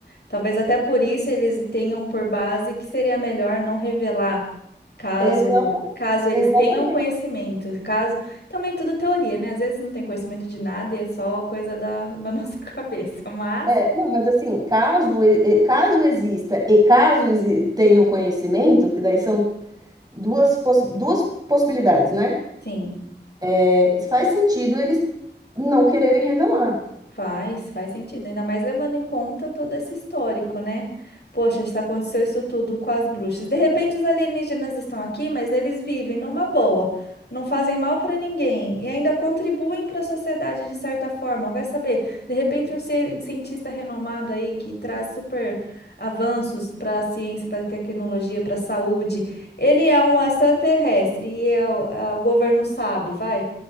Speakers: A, on the left; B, on the right.
A: Talvez até por isso eles tenham por base que seria melhor não revelar, caso
B: Exata,
A: caso eles
B: exatamente.
A: tenham conhecimento, caso também tudo teoria, né? Às vezes não tem conhecimento de nada e é só coisa da, da nossa <laughs> cabeça, mas
B: É, não, mas assim, caso, e- e- caso exista e caso exi- tenham conhecimento, que daí são duas, poss- duas possibilidades, né?
A: sim.
B: É, Faz sentido eles não quererem revelar.
A: Faz, faz sentido, ainda mais levando em conta todo esse histórico, né? Poxa, se aconteceu isso tudo com as bruxas. De repente os alienígenas estão aqui, mas eles vivem numa boa, não fazem mal para ninguém e ainda contribuem para a sociedade de certa forma. Vai saber, de repente um ci- cientista renomado aí que traz super avanços para a ciência, para a tecnologia, para a saúde, ele é um extraterrestre e é o é o governo sabe, vai.